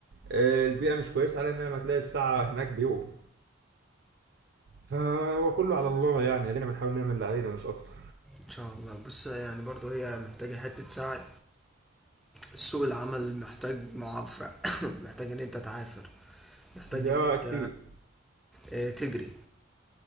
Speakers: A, on the right; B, in the centre.
A: آه، البيئة مش كويسة على انها ما تلاقي الساعة هناك بيوم فهو كله على الله يعني ادينا بنحاول نعمل اللي علينا مش اكتر
B: ان شاء الله بس يعني برضه هي محتاجة حتة سعي سوق العمل محتاج معافرة <coughs> محتاج ان انت تعافر محتاج
A: ده
B: ان انت
A: اكيد
B: آه، تجري